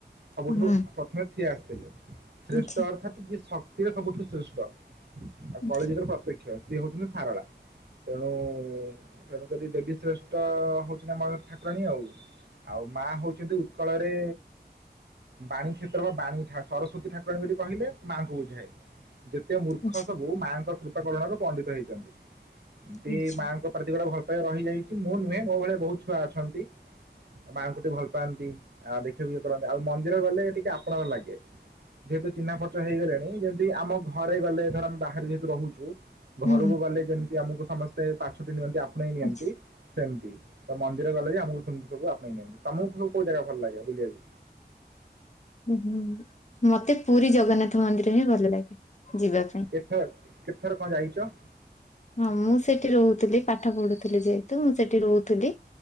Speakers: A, on the right; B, on the left.
A: ସବୁଠାରୁ
B: ହୁଁ
A: ପ୍ରଥମେ ସିଏ ଆସିଥିଲେ ଶ୍ରେଷ୍ଠ
B: ଆଚ୍ଛା
A: ଅର୍ଥାତ୍ ଯିଏ ଶକ୍ତିରେ ସବୁଠୁ ଶ୍ରେଷ୍ଠ ଆଉ
B: ଆଚ୍ଛା
A: କଳିଯୁଗର ପ୍ରତ୍ୟକ୍ଷ ସିଏ ହେଉଛନ୍ତି ସାରଳା ତେଣୁ ତେଣୁ କରି ଦେବୀ ଶ୍ରେଷ୍ଠ ହେଉଛନ୍ତି ଆମ ଠାକୁରାଣୀ ଆଉ। ଆଉ ମା ହେଉଛନ୍ତି ଉତ୍କଳରେ ବାଣୀ କ୍ଷେତ୍ର ବା ବାଣୀ ସରସ୍ୱତୀ ଠାକୁରାଣୀ ବୋଲି କହିଲେ ମାଆଙ୍କୁ ବୁଝାଏ। ଯେତେ ମୂର୍ଖ
B: ଆଚ୍ଛା
A: ସବୁ ମାଙ୍କ କୃପାକରଣରୁ ପଣ୍ଡିତ ହେଇଛନ୍ତି। ଏମତି
B: ଆଚ୍ଛା
A: ମାଆଙ୍କ ପ୍ରତି ଗଟେ ଭଲ ପାଇବା ରହିଯାଇଛି ମୁଁ ନୁହେଁ ମୋ ଭଳି ବହୁତ ଛୁଆ ଅଛନ୍ତି। ମାଆଙ୍କୁ ଟିକେ ଭଲ ପାଆନ୍ତି ଆଉ ଦେଖିବା ବଖି କରନ୍ତି ଆଉ ମନ୍ଦିର ଗଲେ ଟିକେ ଆପଣାର ଲାଗେ। ଯେହେତୁ ଚିହ୍ନା ପର୍ଚ୍ଚ ହେଇଗଲେଣି ଯେମିତି ଆମ ଘରେ ଗଲେ ଧର ଆମେ ବାହାରେ ଯେହେତୁ ରହୁଛୁ
B: ହୁଁ
A: ଘରକୁ ଗଲେ ଯେମିତି ଆମକୁ ସମସ୍ତେ ପାଚ ପାଛୋଟି ନିଅନ୍ତି ଆପଣେଇ ନିଅନ୍ତି
B: ଆଚ୍ଛା।
A: ସେମତି। ତ ମନ୍ଦିର ଗଲେ ବି ଆମକୁ ସେମିତି ସବୁ ଆପଣେଇ ନିଅନ୍ତି ତମକୁ ସବୁ କଉ ଜାଗା ଭଲ ଲାଗେ ବୁଲିବାକୁ?
B: ଉହୁଁ ମତେ ପୁରୀ ଜଗନ୍ନାଥ ମନ୍ଦିର ହିଁ ଭଲ ଲାଗେ ଯିବା ପାଇଁ।
A: କେଥର କେଥର କଣ ଯାଇଛ?
B: ହଁ ମୁଁ ସେଠି ରହୁଥିଲି ପାଠ ପଢୁଥିଲି ଯେହେତୁ ମୁଁ ସେଠି ରହୁଥିଲି।